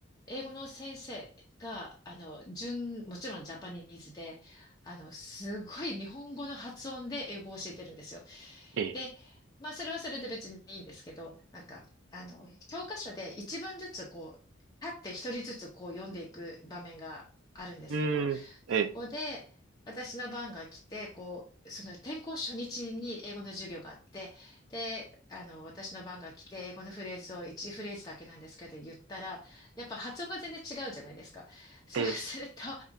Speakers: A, on the left; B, on the right.
A: 英語の先生が、あの、純、もちろんジャパニーズで、あの、すごい日本語の発音で英語を教えてるんですよ。
B: え、
A: で、まあ、それはそれで別にいいんですけど、なんか、あの、教科書で一文ずつこう、立って一人ずつこう読んでいく場面があるんですけど、
B: うん、え、
A: そこで私の番が来て、こう、その転校初日に英語の授業があって、で、あの、私の番が来て、英語のフレーズを一フレーズだけなんですけど言ったら、やっぱ発音が全然違うじゃないですか。そうすると、
B: え、